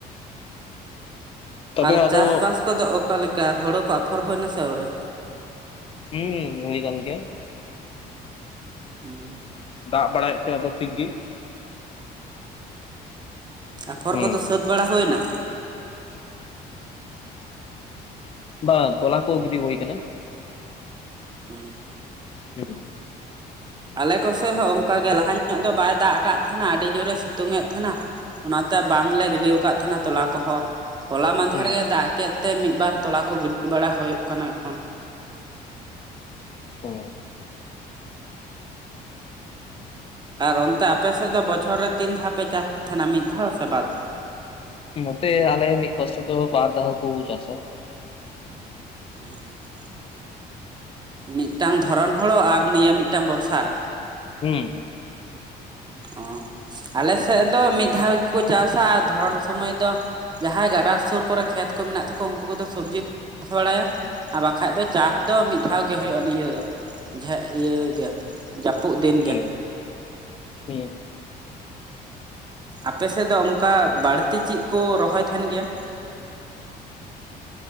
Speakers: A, on the left; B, on the right.
A: ᱛᱚᱵᱮ
B: ᱟᱨ
A: ᱟᱫᱚ
B: ᱪᱟᱥᱵᱟᱥ ᱠᱚᱫᱚ ᱚᱠᱟ ᱞᱮᱠᱟ ᱦᱳᱲᱳ ᱠᱚ ᱟᱯᱷᱚᱨ ᱦᱩᱭ ᱱᱟᱥᱮ ᱟᱳᱨᱤ
A: ᱦᱩᱸ ᱦᱩᱭ ᱠᱟᱱ ᱜᱤᱭᱟ
B: ᱦᱩᱸ
A: ᱫᱟᱜ ᱵᱟᱲᱟᱭᱮᱫ ᱛᱮ ᱟᱫᱚ ᱴᱷᱤᱠ ᱜᱮ᱾
B: ᱟᱯᱷᱚᱨ
A: ᱦᱩᱸ
B: ᱠᱚᱫᱚ ᱥᱟᱹᱛ ᱵᱟᱲᱟ ᱦᱩᱭᱱᱟ᱾
A: ᱵᱟᱝ ᱛᱚᱞᱟ ᱠᱚ ᱜᱤᱰᱤ ᱦᱩᱭ ᱠᱟᱱᱟ᱾
B: ᱦᱩ
A: ᱦᱮᱸ <inaudible>
B: ᱟᱞᱮ ᱠᱚᱥᱮᱫ ᱦᱚᱸ ᱚᱱᱠᱟᱟᱜ ᱜᱮ ᱞᱟᱦᱟ ᱧᱚᱜ ᱫᱚ ᱵᱟᱭ ᱫᱟᱜ ᱟᱠᱟᱫ ᱛᱟᱦᱮᱱᱟ ᱟᱹᱰᱤ ᱡᱳᱨᱮ ᱥᱤᱛᱩᱝ ᱮᱫ ᱛᱟᱦᱮᱱᱟ᱾ ᱚᱱᱟᱛᱮ ᱵᱟᱝᱞᱮ ᱜᱤᱰᱤ ᱟᱠᱟᱫ ᱛᱟᱦᱮᱸᱱᱟ ᱛᱚᱞᱟ ᱠᱚᱦᱚᱸ ᱦᱚᱞᱟ ᱢᱫᱷᱮᱨᱜᱮ
A: ᱦᱩᱸ
B: ᱫᱟᱜ ᱠᱮᱫ ᱛᱮ ᱢᱤᱫᱵᱟᱨ ᱛᱳᱞᱟᱠᱚ ᱜᱤᱰᱤ ᱵᱟᱲᱟ ᱦᱩᱭᱩᱜ ᱠᱟᱱᱟ ᱮᱠᱷᱚᱱ
A: ᱚ
B: ᱟᱨ ᱚᱱᱛᱮ ᱟᱯᱮᱥᱮᱫ ᱫᱚ ᱵᱚᱪᱷᱚᱨ ᱨᱮ ᱛᱤᱱ ᱫᱷᱟᱣ ᱯᱮ ᱪᱟᱥ ᱛᱟᱦᱮᱱᱟ ᱢᱤᱫ ᱫᱷᱟᱣ ᱥᱮ ᱵᱟᱨ ᱫᱷᱟᱣ
A: ᱱᱚᱛᱮ ᱟᱞᱮ <unintelligible> ᱯᱥᱛ ᱵᱟᱨ ᱫᱟᱦ ᱠᱚ ᱪᱟᱥ
B: ᱦᱚᱢ <unintelligible> ᱢᱤᱫᱴᱟᱝ ᱫᱷᱚᱨᱚᱱ ᱦᱚᱲᱲᱚ ᱟᱨ ᱱᱤᱭᱟᱹ ᱢᱤᱫᱴᱟᱝ ᱵᱷᱚᱨᱥᱟ ᱨᱮ
A: ᱦᱩᱸ
B: ᱚᱸ ᱟᱞᱮ ᱥᱮᱫ ᱫᱚ ᱢᱤᱫ ᱫᱷᱟᱣ ᱜᱮᱠᱚ ᱪᱟᱥᱟ ᱟᱨ ᱫᱷᱚᱨᱚᱱ ᱥᱚᱢᱚᱭ ᱫᱚ ᱡᱟᱦᱟᱸᱭ ᱜᱟᱰᱟ ᱥᱩᱨ ᱠᱚᱨᱮ ᱠᱷᱮᱛ ᱠᱚ ᱢᱮᱱᱟᱜ ᱛᱟᱠᱚᱣᱟ ᱩᱱᱠᱩ ᱠᱚᱫᱚ ᱥᱚᱵᱽᱡᱤ ᱠᱚ ᱪᱟᱥ ᱵᱟᱲᱟᱭᱟ ᱟᱨ ᱵᱟᱠᱷᱟᱡ ᱫᱚ ᱪᱟᱥ ᱫᱚ ᱢᱤᱫ ᱫᱷᱟᱣ ᱜᱮ ᱦᱩᱭᱩᱜᱼᱟ ᱱᱤᱭᱟᱹ ᱦᱮᱸ ᱤᱭᱟᱹ ᱜᱮ <inaudible> ᱡᱟᱹᱯᱩᱫ ᱫᱤᱱ
A: ᱦᱮᱸ
B: ᱜᱮ
A: ᱦᱮᱸ
B: ᱟᱯᱮᱥᱮᱫ ᱫᱚ ᱚᱱᱠᱟ ᱵᱟᱹᱲᱛᱤ ᱪᱮᱫ ᱠᱚ ᱨᱚᱦᱚᱭ ᱛᱟᱦᱮᱱ ᱜᱮᱭᱟ᱾